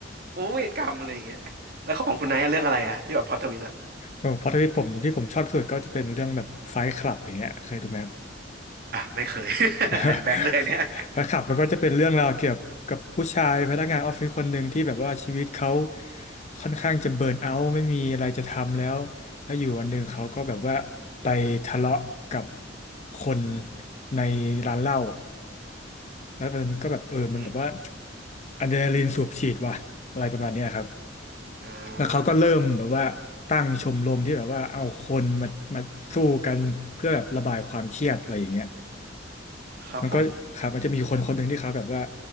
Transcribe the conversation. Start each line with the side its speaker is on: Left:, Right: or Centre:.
Right: โอ้เวรกรรมอะไรอย่างเงี้ยแล้วของคุณไนท์อะเรื่องอะไรอะที่แบบพล็อตทวิสต์อะ
Left: ผมพล็อตทวิสผมที่ผมชอบที่สุดก็จะเป็นเรื่องแบบไฟท์คลับอย่างเงี้ยเคยดูไหม
Right: อ่ะไม่เคย <laughs>
Left: <laughs>
Right: แบงค์เลยเนี่ย
Left: แฟนคลับมันก็จะเป็นเรื่องราวเกี่ยวกับผู้ชายพนักงานออฟฟิศคนหนึ่งที่แบบว่าชีวิตเขาค่อนข้างจะเบิร์นเอาท์ไม่มีอะไรจะทำแล้วแล้วอยู่วันหนึ่งเขาก็แบบว่าไปทะเลาะกับคนในร้านเหล้าแล้วมันก็แบบเออมันแบบว่า
Right: อือหือ
Left: อะดรีนาลีนสูบฉีดว่ะอะไรประมาณเนี้ยครับ
Right: อ่า
Left: แล้วเขาก็เริ่มแบบว่าตั้งชมรมที่แบบว่าเอาคนมามาสู้กันเพื่อแบบระบายความเครียดอะไรอย่างเงี้ย
Right: ครับผม
Left: มันก็ครับมันจะมีคนคนหนึ่งที่เขาแบบว่า